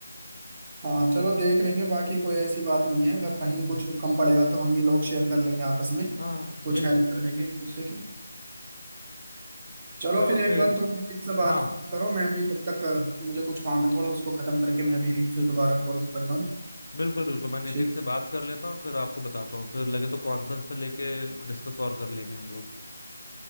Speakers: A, on the right (about 25°); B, on the left (about 60°).
A: हाँ चलो देख लेंगे बाकी कोई ऐसी बात नहीं है अगर कहीं कुछ
B: हम्म,
A: कम पड़ेगा तो हम भी लोग शेयर कर लेंगे आपस में
B: हाँ
A: कुछ
B: बिल्कुल
A: हेल्प कर लेंगे एक दूसरे की चलो
B: चलो
A: फिर एक
B: फिर
A: बार तुम किसी से बात
B: हाँ
A: करो मैं भी तब तक अ, मुझे कुछ काम है थोड़ा उसको खत्म करके मैं भी फिर दोबारा कॉल करता हूँ
B: बिल्कुल बिल्कुल मैं नितिन
A: ठीक
B: से बात कर लेता हूँ फिर आपको बताता हूँ फिर लगे तो कॉन्फ्रेंस पे लेके डिस्कस और कर लेंगे हम लोग